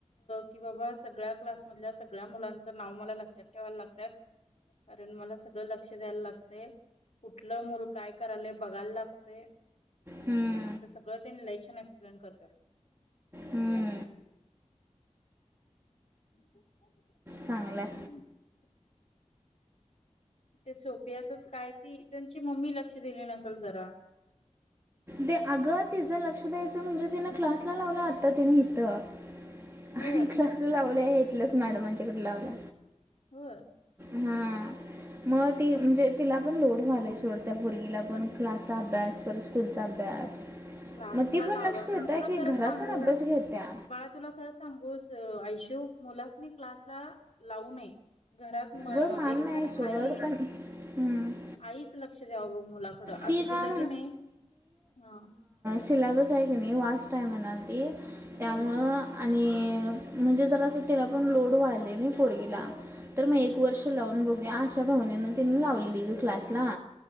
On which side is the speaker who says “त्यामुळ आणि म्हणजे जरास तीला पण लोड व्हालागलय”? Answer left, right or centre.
Right